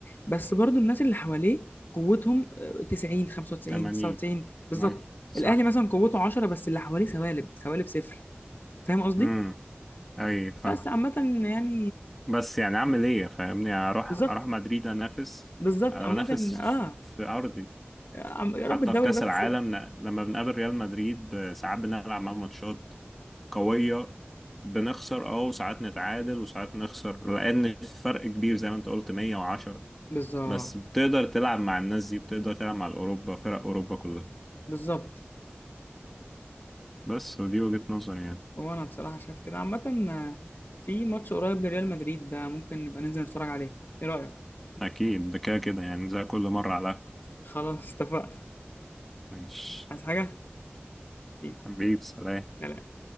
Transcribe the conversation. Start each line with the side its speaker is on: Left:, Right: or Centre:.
Left: بس برضو الناس اللي حواليه قوتهم آه، 90 95
Centre: 80
Left: 99 بالظبط
Centre: ماشي
Left: الأهلي
Centre: صح
Left: مثلا قوته 10 بس اللي حواليه سوالب سوالب صفر فاهم قصدي؟
Centre: امم أي فاهم
Left: بس عامة يعني
Centre: بس يعني أعمل إيه فاهمني أروح
Left: بالظبط
Centre: أروح مدريد أنافس
Left: بالظبط
Centre: أنا
Left: عامة
Centre: بنافس
Left: اه
Centre: في في أرضي
Left: عم- يا
Centre: حتى
Left: رب الدوري
Centre: في كأس
Left: بس
Centre: العالم ن- لما بنقابل ريال مدريد آه، ساعات بنلعب معاهم ماتشات قوية بنخسر اه وساعات نتعادل وساعات نخسر لأن الفرق كبير زي ما انت قلت 110
Left: بالظبط
Centre: بس بتقدر تلعب مع الناس دي بتقدر تلعب مع الأوروبا فرق أوروبا كلها
Left: بالظبط
Centre: بس ودي وجهة نظري يعني
Left: وأنا بصراحة شايف كده عامة آه، في ماتش قريب لريال مدريد ده ممكن نبقى ننزل نتفرج عليه ايه رأيك؟
Centre: أكيد ده كده كده يعني زي كل مرة على
Left: خلاص اتفقنا
Centre: ماشي
Left: عايز حاجة؟ حبيبي.
Centre: حبيب سلام
Left: سلام